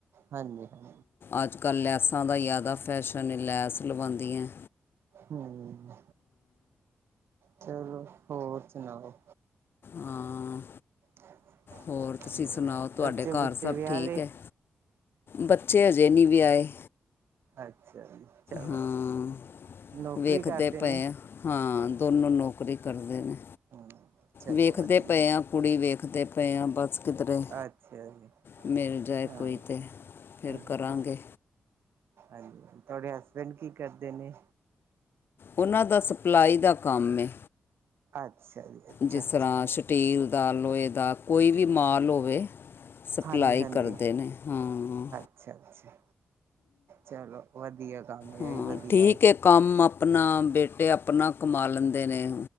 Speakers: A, on the right (about 85°); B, on the left (about 65°).
A: ਹਾਂਜੀ ਹ
B: ਅੱਜ ਕੱਲ ਲੈਸਾਂ ਦਾ ਜ਼ਿਆਦਾ ਫੈਸ਼ਨ ਲੈਸ ਲਵਾਉਂਦੀਆਂ।
A: ਹਮ, ਚਲੋ ਹੋਰ ਸੁਣਾਓ।
B: ਹਾਂ।
A: <inaudible>
B: ਹੋਰ ਤੁਸੀਂ
A: ਹੋਰ
B: ਸੁਣਾਓ, ਤੁਹਾਡੇ
A: ਬੱਚੇ
B: ਘਰ
A: ਬੁੱਚੇ
B: ਸਭ
A: ਵਿਆਹ
B: ਠੀਕ
A: ਲਏ
B: ਹੈ? ਬੱਚੇ ਅਜੇ ਨਹੀਂ ਵੀ ਆਏ।
A: ਅੱਛਾ ਜੀ ਚਲੋ,
B: ਹਾਂ
A: ਨੌਕਰੀ
B: ਵੇਖਦੇ
A: ਕਰਦੇ ਨੇ?
B: ਪਏ ਹਾਂ ਹਾਂ ਦੋਨੋਂ ਨੌਕਰੀ ਕਰਦੇ ਨੇ,
A: ਹੂੰ ਚਲੋ
B: ਵੇਖਦੇ
A: ਵਧੀਆ
B: ਪਏ ਆ। ਕੁੜੀ ਵੇਖਦੇ ਪਏ ਆ ਬਸ। ਕਿਧਰੇ,
A: ਅੱਛਾ ਜੀ
B: ਮਿਲ ਜਾਏ,
A: ਹਾਂ
B: ਕੋਈ ਤੇ ਫਿਰ
A: ਹਾਂ
B: ਕਰਾਂਗੇ।
A: ਹਾਂਜੀ ਤੁਹਾਡੇ ਹਸਬੈਂਡ ਕੀ ਕਰਦੇ ਨੇ
B: ਉਹਨਾਂ ਦਾ ਸਪਲਾਈ ਦਾ ਕੰਮ ਏ।
A: ਅੱਛਾ ਜੀ। ਅੱਛਾ-ਅੱਛਾ
B: ਜਿਸਰ੍ਹਾਂ ਸਟੀਲ ਦਾ, ਲੋਹੇ ਦਾ, ਕੋਈ ਵੀ ਮਾਲ ਹੋਵੇ। ਸਪਲਾਈ
A: ਹਾਂਜੀ-ਹਾਂਜੀ
B: ਕਰਦੇ ਨੇ ਹਾ ਹਾਂ
A: ਅੱਛਾ ਅੱਛਾ, ਚਲੋ ਵਧੀਆ ਕੰਮ ਹੈ
B: ਹਾਂ
A: ਈਹਵੀ ਵਧੀਆ
B: ਠੀਕ
A: ਅੇ।
B: ਹੈ ਕੰਮ ਆਪਣਾ, ਬੇਟੇ ਆਪਣਾ ਕਮਾ ਲੈਂਦੇ ਨੇ।